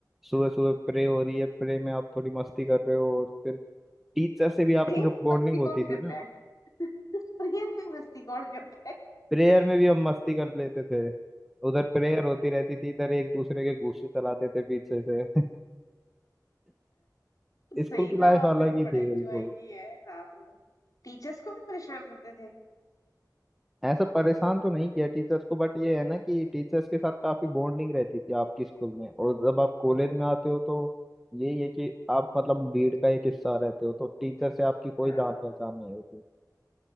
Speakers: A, in the centre; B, on the left.
A: सुबह सुबह प्रे हो रही है प्रे में आप थोड़ी मस्ती कर रहे हो और फिर टीचर से भी आपकी
B: प्रेयर
A: तो
B: में
A: बॉन्डिंग
B: मस्ती
A: होती
B: कौन
A: थी
B: करता
A: ना
B: है प्रेयर में मस्ती कौन करता है
A: प्रेयर में भी हम मस्ती कर लेते थे उधर प्रेयर होती रहती थी इधर एक दूसरे के घूंसे चलाते थे पीछे से <laughs>
B: सही
A: स्कूल की लाइफ
B: था आपने
A: अलग
B: तो
A: ही
B: बड़ा
A: थी
B: इंजॉय
A: बिल्कुल
B: किया है हाँ टीचर्स को भी परेशान करते थे
A: ऐसा परेशान तो नहीं किया टीचर्स को बट ये है ना कि टीचर्स के साथ काफी बॉन्डिंग रहती थी आपकी स्कूल में और जब आप कॉलेज में आते हो तो यही है कि आप मतलब भीड़ का एक हिस्सा रहते हो तो टीचर से आपकी कोई
B: हाँ
A: जान पहचान नहीं होती